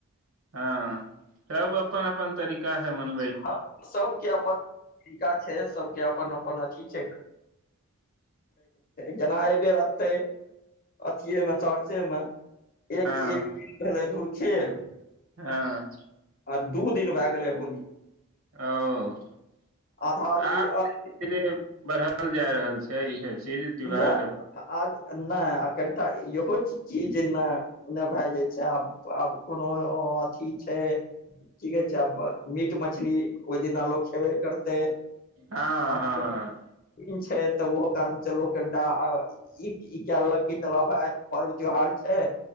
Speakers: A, on the right; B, on the left.
A: हँ सब अपन अपन तरीका से मन
B: हँ सबके अपन तरीका छय सबके अपन अपन अथी छय जेना एहि बेर एते अथिये में चर्चे में एक
A: हँ
B: एक दिन भेल धूर खेल
A: हँ
B: आ दू दिन भए गेलै होली
A: ओ
B: आधा आदमी
A: आब धीरे बढ़ देखल जा रहल छै इसब चीज त्योहार
B: नय
A: सब
B: आज नय आ कनिटा इहो छिय जे न नय <unintelligible> भए जे छय आब आब कोनो अथी छय की कहै छै अपन मीट मछली ओहि दिना लोक खेबे करतै
A: हँ
B: आब
A: हँ
B: कोनो छै तऽ ओहो कारण से लोक कनिटा ई ई कए लेलक कि चलब आय पर्व त्योहार छै